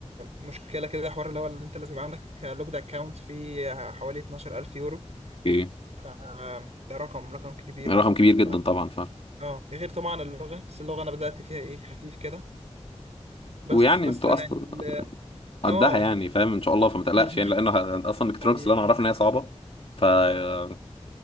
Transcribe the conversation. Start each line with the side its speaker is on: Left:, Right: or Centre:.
Right: مشكله كده حوار اللي هو اللي انت لازم يبقى عندك لوجد اكونت فيه حوالي 12000 يورو
Left: ايه
Right: فده رقم رقم كبير
Left: رقم
Right: برضه
Left: كبير
Right: ف
Left: جدا طبعا فاهم
Right: اه غير طبعا اللغه بس اللغه انا بدات فيها ايه خفيف كده بس
Left: ويعني
Right: بس
Left: انتوا
Right: انا
Left: اصلا
Right: ال-
Left: قدها
Right: اه
Left: يعني فاهم ان شاء الله فما
Right: <laughs>
Left: تقلقش يعني لان اصلا الكترونكس
Right: حبيبي
Left: اللي انا اعرفه ان هي صعبه فاكيد